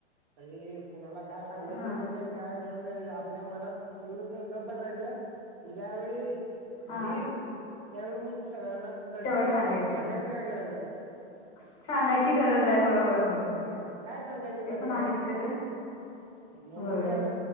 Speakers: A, on the right; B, on the left.
A: तरी- कुणाला काय सांगत
B: हा
A: बसत नाही काय- आपल्या मनात ठेवून गप बसायचं ज्यावेळी-
B: हा
A: घेईल त्यावेळी मग सगळ्यांना कळतय
B: त्यावेळेस
A: की, आपआप
B: सांगायचं
A: सांगायची काय गरज आहे.
B: सांगायची गरज आहे, होय, होय. होय
A: हा काय सांगायची
B: ते
A: गरज
B: पण आहेच
A: आहे.
B: खरं
A: ! म्हणून
B: होय
A: मी आता